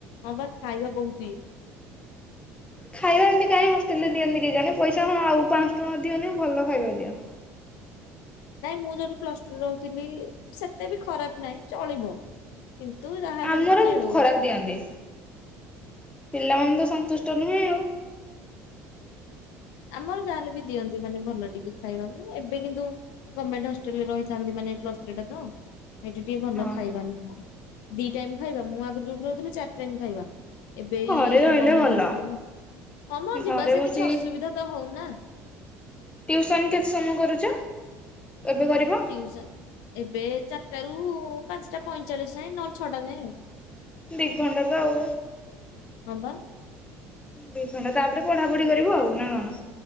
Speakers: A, on the left; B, on the left.
A: ହଁ ବା ଖାଇବା ବହୁତ ଇଏ।
B: ଖାଇବା ଏମତି କାହିଁକି ହଷ୍ଟେଲ ରେ ଦିଅନ୍ତି କେଜାଣି ପଇସା ହଁ ଆଉ ପାଁଶହ ଟଙ୍କା ଅଧିକ ନିଅ ଭଲ ଖାଇବା ଦିଅ।
A: ନାଇଁ ମୁଁ ଯୋଉଠି ପ୍ଲସ୍ ଟୁ ରେ ରହୁଥିଲି ସେତେ ବି ଖରାପ ନାହିଁ ଚଳିବ। କିନ୍ତୁ ଯାହାହେଲେ
B: ଆମର
A: ବି ଟିକେ ଆଉ।
B: ଖରାପ ଦିଅନ୍ତି। ପିଲାମାନେ ତ ସନ୍ତୁଷ୍ଟ ନୁହେଁ ଆଉ।
A: ଆମର ଯାହାହେଲେ ବି ଦିଅନ୍ତି ମାନେ ଭଲ ଟିକେ ଖାଇବାକୁ ଏବେ କିନ୍ତୁ ଗମେଣ୍ଟ ହଷ୍ଟେଲରେ ରହିଥାନ୍ତି ମାନେ ପ୍ଲସ୍ ଥ୍ରୀ ଟା ତ। ସେଇଠି ଟିକେ ଭଲ
B: ହଁ
A: ଖାଇବା ନୁହଁ। ଦି ଟାଇମ୍ ଖାଇବା ମୁଁ ଆଗରୁ ଯୋଉଠି ରହୁଥିଲି ଚାରି ଟାଇମ୍ ଖାଇବା। ଏବେ
B: ଘରେ
A: ଏଇ
B: ରହିଲେ
A: ଗମେଣ୍ଟ
B: ଭଲ
A: ହଷ୍ଟେଲରେ‌, ହଁ ମ
B: ଘରେ
A: ଯିବା ଆସିବା
B: ବସିକି
A: କିଛି ଅସୁବିଧା ତ ହଉନା।
B: ଟ୍ୟୁସନ୍ କେତେ ସମୟ କରୁଛ? ଏବେ କରିବ?
A: ଟ୍ୟୁସନ୍ ଏବେ ଚାରିଟା ରୁ ପାଞ୍ଚଟା ପଞ୍ଚଚାଳିଶି ଯାଏ ନହେଲେ ଛଅଟା ଯାଏ ଆଉ।
B: ଦି ଘଣ୍ଟା ତ ଆଉ।
A: ହଁ ବା।
B: ଦି ଘଣ୍ଟା ତାପରେ ପଢାପଢି କରିବ ଆଉ ନା କ'ଣ?